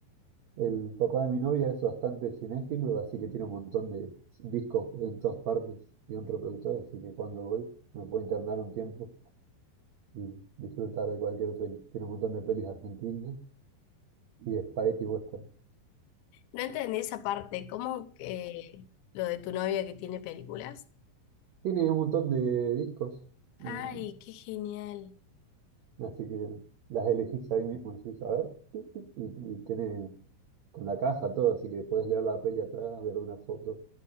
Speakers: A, on the right; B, on the left.
A: El papá de mi novia es bastante cinéfilo, así que tiene un montón de discos en todas partes y un reproductor, así que cuando voy me puedo internar un tiempo y disfrutar de cualquier peli. Tiene un montón de pelis argentinas y de spaghetti western.
B: No entendí esa parte. ¿Cómo que lo de tu novia que tiene películas?
A: Tiene un montón de discos, y-
B: Ay, qué genial.
A: así que las elegís ahí mismo y decís, a ver, tuc, tuc, y, y tiene con la caja todo, así que puedes leer la peli atrás, ver una foto,